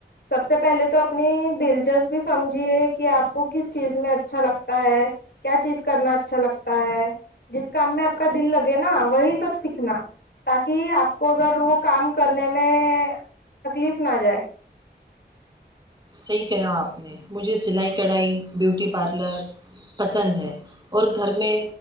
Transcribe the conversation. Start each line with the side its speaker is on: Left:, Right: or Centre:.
Left: سب سے پہلے تو اپنی دلچسپی سمجھیے کہ آپ کو کس چیز میں اچھا لگتا ہے کیا چیز کرنا اچھا لگتا ہے جس کام میں آپ کا دل لگے نا وہی سب سیکھنا تاکہ آپ کو اگر وہ کام کرنے میں تکلیف نہ جائے
Right: صحیح کہا آپ نے مجھے سلائی کڑھائی بیوٹی پارلر پسند ہے اور گھر میں